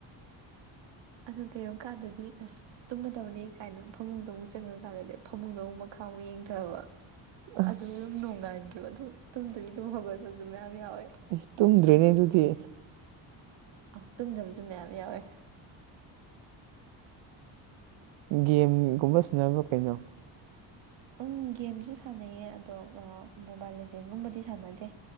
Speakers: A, on the right; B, on the right.
A: ꯑꯗꯨ ꯀꯩꯒꯨꯝꯕ ꯀꯥꯟꯗꯗꯤ ꯑꯁ꯫ ꯇꯨꯝꯃꯗꯕꯅꯦ ꯀꯥꯏꯅ ꯐꯃꯨꯡꯗ ꯑꯃꯨꯛ ꯆꯪꯉꯀꯥꯟꯗꯗꯤ ꯐꯃꯨꯡꯗ ꯑꯃꯨꯛ ꯃꯈꯥ ꯑꯃꯨꯛ ꯌꯦꯡꯊꯕ꯫
B: ꯑꯁ
A: ꯑꯗꯨ ꯑꯗꯨꯝ ꯅꯣꯡꯉꯥꯟꯈꯤꯕ ꯑꯗꯨꯝ ꯇꯨꯝ ꯇꯕꯤ ꯑꯗꯨꯝ ꯍꯧꯒꯠꯄꯁꯨ ꯃꯌꯥꯝ ꯌꯥꯎꯋꯦ꯫
B: ꯑꯦ ꯇꯨꯝꯗ꯭ꯔꯦꯅꯦ ꯑꯗꯨꯗꯤ꯫
A: ꯑꯧ ꯇꯨꯝꯗꯕꯁꯨ ꯃꯌꯥꯝ ꯌꯥꯎꯋꯦ꯫
B: ꯒꯦꯝꯒꯨꯝꯕ ꯁꯥꯟꯅꯕ꯭ꯔꯣ ꯀꯩꯅꯣ?
A: ꯎꯝ ꯒꯦꯝꯁꯨ ꯁꯥꯟꯅꯩꯌꯦ ꯑꯗꯣ ꯃꯣꯕꯥꯏꯜ ꯂꯦꯖꯦꯟꯒꯨꯝꯕꯗꯤ ꯁꯥꯟꯅꯗꯦ